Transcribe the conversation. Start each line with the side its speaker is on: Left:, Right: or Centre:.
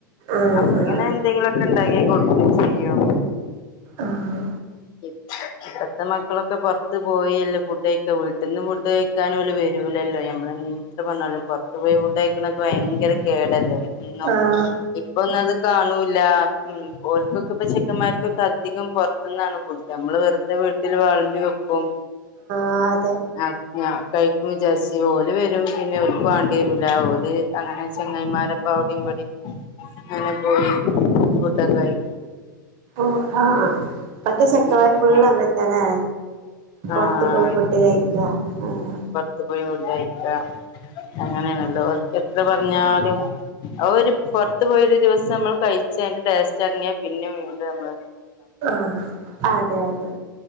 Right: ആഹ് ആഹ്
Left: അപ്പൊ ഇങ്ങനെ. എന്തെങ്കിലൊക്കെ ഇണ്ടാക്കി കൊടുക്കെ ചെയ്യും.
Right: ആഹ്.
Left: <inaudible> ഇപ്പത്തെ മക്കളൊക്കെ പുറത്ത് പോയിയല്ലേ ഫുഡ് കഴിക്ക വീട്ടിന്ന് ഫുഡ് കഴിക്കാനും ഓല് വരൂലല്ലോ. ഞമ്മള ന്ത് പറഞ്ഞാലും പൊറത്തു പോയി ഫുഡ്ഡ് കഴിക്കണ ഭയങ്കര കേടല്ലേ എന്നും.
Right: ആഹ് ആഹ്
Left: ഇപ്പൊ ഒന്നും അത് കാണൂല്ല ഉം ഓൽക്കൊക്കെ പ്പ ചെക്കന്മാർക്കൊക്കെ അധികം പുറത്തുന്നാണ്. നമ്മള് വെറുതെ വീട്ടില് വെളമ്പി വെക്കും.
Right: ആ അതെ.
Left: ആഹ് ഞ കഴിക്കും വിചാരിച്ച് ഓല് വരും. പിന്നെ ഓർക്ക് വേണ്ടി വരൂല. ഓല് അങ്ങനെ ചെങ്ങായിമാ പ്പ അവിടേം ഇവിടേം ങ്ങനെ പോയി ഫുഡ്ഡ് ക്കെ കയി
Right: ഓഹ്! ആഹ്! ഇപ്പത്ത ചെക്കന്മാര്
Left: ഉം ഉം
Right: ഫുള്ള് അതന്ന ല്ലേ.
Left: ആഹ്
Right: പൊറത്ത് പോയി ഫുഡ്ഡ് കഴിക്ക. ആഹ്!
Left: ത്ത് പോയി ഫുഡ്ഡ് കഴിക്ക. അങ്ങനെയണല്ലോ. ഓല്ക്ക് എത്ര പറഞ്ഞാലും അഹോരു പുറത്ത് പോയൊരു ദിവസം നമ്മൾ കഴിച്ച അതിന്റെ ടേസ്റ്ററിഞ്ഞാ പിന്നെ വീണ്ടമ്മള്
Right: ആഹ്! അതെ അതെ.